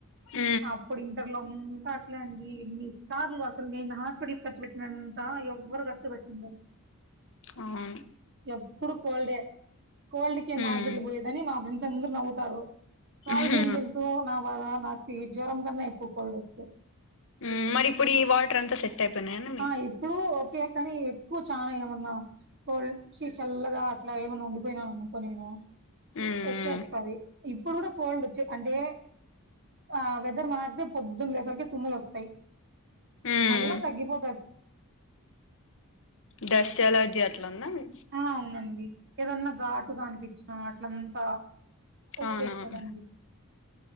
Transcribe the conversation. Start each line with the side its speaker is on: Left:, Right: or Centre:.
Left: ఊ
Right: అప్పుడు, ఇంటర్లొ అంతా అట్లేండి ఎన్నిస్ సార్లు అసలు నేను హాస్పిటల్క్ ఖర్చు పెట్టినంతా ఎవ్వరు ఖర్చు బెట్టి ఉండరు.
Left: అవును
Right: ఎప్పుడు కోల్డే, కోల్డ్ కింద్హాస్పిటల్
Left: ఉమ్
Right: బొయ్ గని, మా ఫ్రెండ్స్ అందరు నవ్వుతారు. వాళ్ళకేం
Left: ఉహు
Right: దెలుసూ నా బాదా? నాకు ఈ జ్వరం కన్నా ఎక్కువ కోల్డ్ ఒస్తే
Left: మ్ మరి ఇప్పుడు, ఈ వాటర్ అంతా సెట్ టై పొయినాయన్న?
Right: ఆ ఇప్పుడూ ఓకే కని, ఎక్కువ చానా ఏమన్నా కోల్డ్ ఒచ్చి చల్లగా అట్లా ఏమన్నా ఉండిపోయినాను అనుకో నేను
Left: ఉమ్
Right: ఒచ్చేస్తది. ఇప్పుడు గుడా కోల్డ్ ఒచ్చి, అంటే ఆ వెదర్ మారితె పొద్దున్ లే అసలికి తుమ్ములు ఒస్తయి,
Left: ఉమ్
Right: మళ్ళ తగ్గిపో
Left: డస్ట్ ఎలర్జి అట్ల ఉన్నాయ్.
Right: ఆ అవునండి ఏదన్న ఘాటుగా అనిపించినా, అట్లంతా ఒచ్చేస్తమండి.
Left: అవునవును